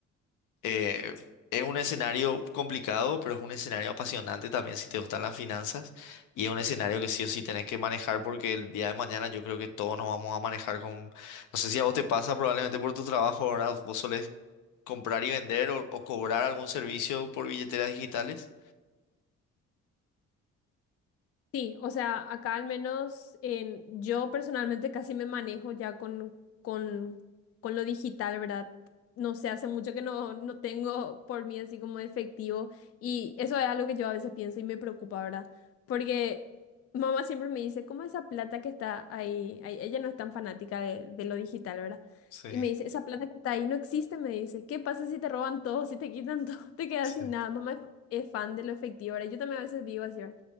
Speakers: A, on the left; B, on the left.
A: Eh, es un escenario complicado, pero es un escenario apasionante también si te gustan las finanzas. Y es un escenario que sí o sí tenés que manejar porque el día de mañana yo creo que todos nos vamos a manejar con... No sé si a vos te pasa probablemente por tu trabajo, ¿verdad? Vos solés comprar y vender o, o cobrar algún servicio por billeteras digitales.
B: Sí, o sea, acá al menos en, yo personalmente casi me manejo ya con, con, con lo digital, ¿verdad? No sé, hace mucho que no, no tengo por mí así como efectivo y eso es algo que yo a veces pienso y me preocupa, ¿verdad? Porque mamá siempre me dice, ¿cómo esa plata que está ahí, ahí? Ella no es tan fanática de, de lo digital, ¿verdad?
A: Sí,
B: Y me dice, esa plata que está ahí no existe, me dice, ¿qué pasa si te roban todo, si te quitan todo, <laughs> te quedas
A: sí.
B: sin nada? Mamá es, es fan de lo efectivo, ¿verdad? Yo también a veces digo así, ¿verdad?